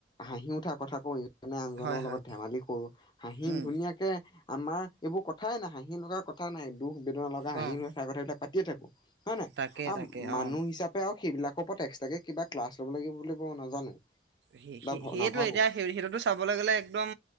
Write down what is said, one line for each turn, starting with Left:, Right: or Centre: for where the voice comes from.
Left: হাঁহি উঠা কথা কওঁ। এজনে আনজনৰ
Right: হয়,
Left: লগত
Right: হয়,
Left: ধেমালি কৰো হাঁহি
Right: উম,
Left: ধুনীয়াকে আমাৰ এইবোৰ কথাই নাই হাঁহি লগাৰ কথা নাই দুখ বেদনা লগা
Right: অ',
Left: হাঁহি লগ চাই কথা এইাবিলাক পাতিয়ে থাকো। হয় নাই
Right: তাকে,
Left: আ
Right: তাকে
Left: মানুহ
Right: অ',
Left: হিচাপে আৰু সেইবিলাক ওপৰত এক্সট্ৰাক কে কিবা ক্লাছ ল'ব লাগিব বুলিব নাজানো।
Right: সে
Left: বা
Right: সেইয়টো
Left: নাভাবো
Right: এতিয়া সেই সেইটোতো চাবলৈ গলে একদম